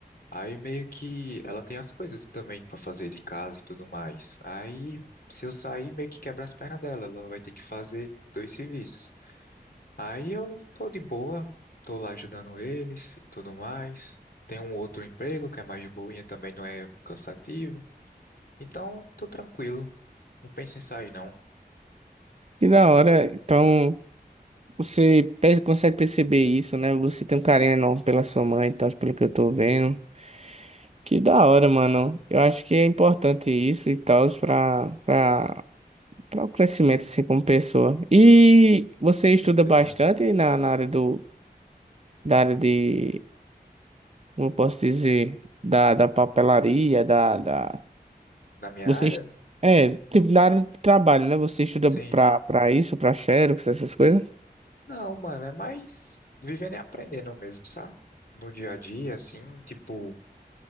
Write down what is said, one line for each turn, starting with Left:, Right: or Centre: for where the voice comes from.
Left: Aí meio que ela tem as coisas também pra fazer de casa e tudo mais. Aí se eu sair, meio que quebra as pernas dela, ela vai ter que fazer dois serviços. Aí eu tô de boa, tô lá ajudando eles e tudo mais. Tem um outro emprego que é mais de boinha, também não é cansativo. Então, tô tranquilo. Não penso em sair, não. Com
Right: Que da hora. Então, você pe- consegue perceber isso, né? Você tem um carinho enorme pela sua mãe e tal, pelo que eu tô vendo. Que da hora, mano. Eu acho que é importante isso e tal, pra, pra, pra o crescimento, assim, como pessoa. E você estuda
Left: certeza.
Right: bastante na, na área do, da área de como eu posso dizer, da, da papelaria, da, da...
Left: Da minha
Right: Você...
Left: área?
Right: est- É, tipo, na área de trabalho, né? Você estuda
Left: Sim.
Right: pra, pra isso, pra Xerox, essas coisas?
Left: Não, mano, é mais vivendo e aprendendo mesmo, sabe? No dia a dia, assim, tipo,